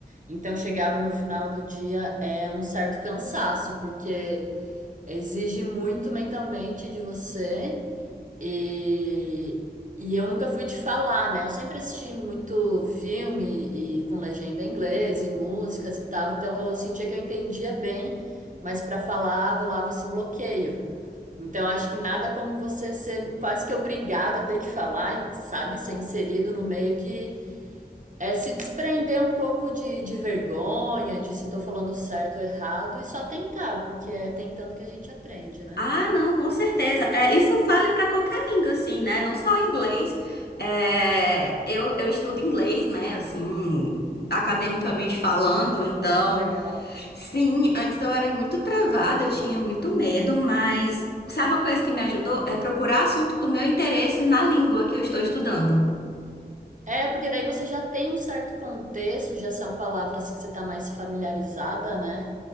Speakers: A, on the right; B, on the left.
A: Então chegava no final do dia é um certo cansaço, porque exige muito mentalmente de você e, e eu nunca fui de falar, né? Eu sempre assisti muito filme e com legenda em inglês e músicas e tal, então eu sentia que eu entendia bem, mas para falar rolava esse bloqueio. Então acho que nada como você ser quase que obrigado a ter que falar, sabe? Ser inserido no meio que é se desprender um pouco de, de vergonha, de se tô falando certo ou errado, e só tentar, porque é tentando que a gente aprende, né?
B: Ah, não, com certeza. É, isso eu falo para qualquer língua, assim, né? Não só inglês. É, eu, eu estudo inglês, né? Assim, academicamente falando. Então,
A: Que legal.
B: sim, antes eu era muito travada, eu tinha muito medo, mas sabe a coisa que me ajudou? É procurar assunto do meu interesse na língua que eu estou estudando.
A: É, porque daí você já tem um certo contexto, já são palavras que você tá mais familiarizada, né?